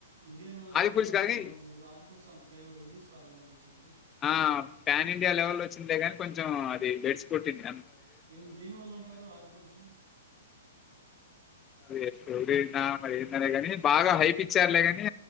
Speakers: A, on the right (about 80°); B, on the left (about 15°).
A: ఇండియను
B: ఆది పురుష్
A: దానికి
B: కానీ
A: సంబంధించి ఆది పరుషంత ఏం రివ్యూస్ రాలేదనిపించింది
B: ఆ పాన్ ఇండియా లెవెల్ వచ్చిందే నీ కొంచెం అది గెడిచి పట్టింది
A: ఏం దేని వాళ్ళు అంటారు ఆది పురుషు
B: అద స్టోరీనా మరి ఏన్నద కాని బాగా హైప్ ఇచ్చారులే ని